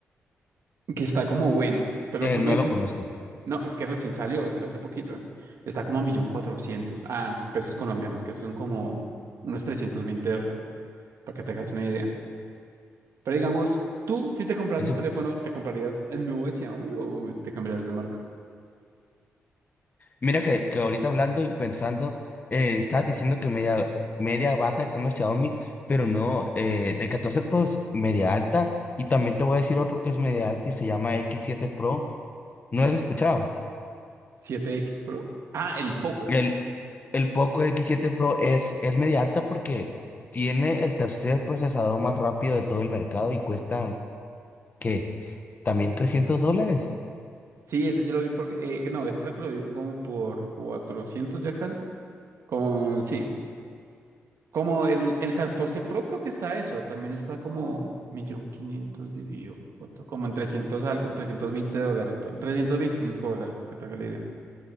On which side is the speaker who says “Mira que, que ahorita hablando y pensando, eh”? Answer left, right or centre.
Left